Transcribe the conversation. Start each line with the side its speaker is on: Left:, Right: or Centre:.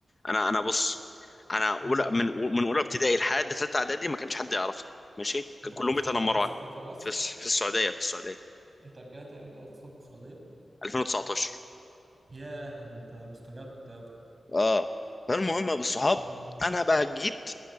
Left: انا انا بص انا اولى
Right: أمم.
Left: من من اولى ابتدائي لحد ثالثه اعدادي ما كانش حد يعرفني ماشي
Right: أنت
Left: كان
Right: كنت
Left: كلهم
Right: في
Left: بيتنمروا
Right: المدرسة
Left: علي
Right: كان في مصر
Left: في الس- في السعوديه في السعوديه
Right: أنت رجعت إمتى أصلا من السعودية؟
Left: 2019
Right: ياه ده انت مستجد أوي
Left: اه فالمهم يا ابو الصحاب
Right: مم،
Left: انا بقى جيت